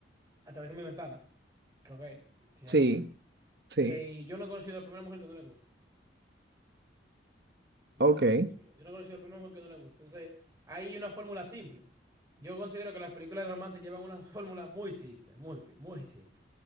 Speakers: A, on the right; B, on the right.
A: A través de mi ventana. Creo que se llama
B: Sí,
A: así.
B: sí.
A: Que yo no he conocido a la primera mujer que no le guste. Yo
B: Ok.
A: no lo he conocido. Yo no he conocido a Batman porque no le gusta. Entonces, hay una fórmula simple. Yo considero que las películas de romance llevan una <laughs> fórmula muy simple, muy, fi- muy simple.